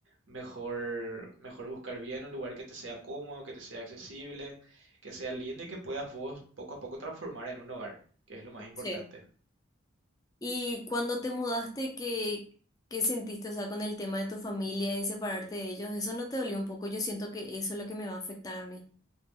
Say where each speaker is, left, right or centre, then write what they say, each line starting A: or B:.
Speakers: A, on the right; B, on the left.
A: mejor, mejor buscar bien un lugar que te sea cómodo, que te sea accesible, que sea lindo y que puedas vos poco a poco transformar en un hogar, que es lo más importante.
B: sí. Y cuando te mudaste, ¿qué, qué sentiste? O sea, con el tema de tu familia y separarte de ellos, ¿eso no te dolió un poco? Yo siento que eso es lo que me va a afectar a mí.